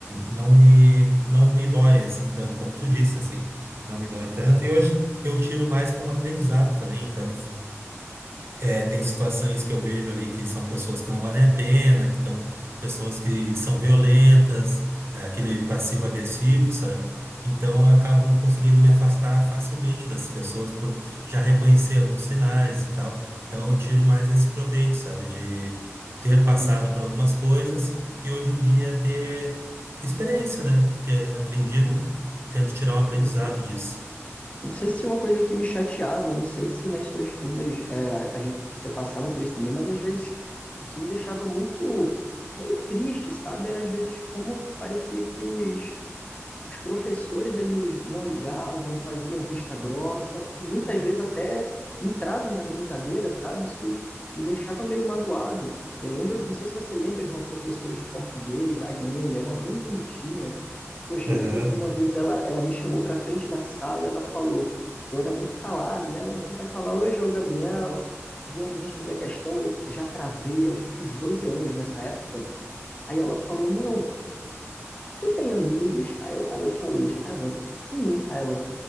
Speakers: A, on the right (about 55°); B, on the left (about 25°).
A: não me não me dói assim tanto como tu disse assim, não me dói tanto. E hoje eu tiro mais como aprendizado também. Então é, tem situações que eu vejo ali que são pessoas que não valem a pena, que estão pessoas que são violentas, é, aquele passivo-agressivo, sabe? Então eu acabo conseguindo me afastar facilmente dessas pessoas por já reconhecer alguns sinais e tal. Então eu tiro mais esse proveito, sabe? De ter passado
B: Hum,
A: por algumas coisas e hoje em dia ter experiência, né? Ter aprendido.
B: entendo.
A: Tento tirar um aprendizado
B: Eu não sei
A: disso.
B: Não sei se é uma coisa que me chateava, eu não sei se nas suas turmas é, a a gente, você passava por isso também, mas às vezes o que me deixava muito meio triste, sabe? Era às vezes como parecia que os, os professores eles não ligavam, faziam vista grossa e muitas vezes até entravam na brincadeira, sabe? Isso me deixava meio magoado. Eu lembro, não sei se você lembra de uma professora de português, a Ariane, era uma bem bonitinha. Poxa,
A: Aham.
B: eu lembro que uma vez ela, ela me chamou para frente da sala, ela falou, que eu era muito calado, né? Ela, quem vai falar hoje é o Gabriel, vem aqui responder a questão. Eu já travei, eu acho que eu tinha uns 12 anos nessa época. Aí ela falou, não, tu tem amigos? Aí eu, aí eu falei, já travando, sim. Aí ela,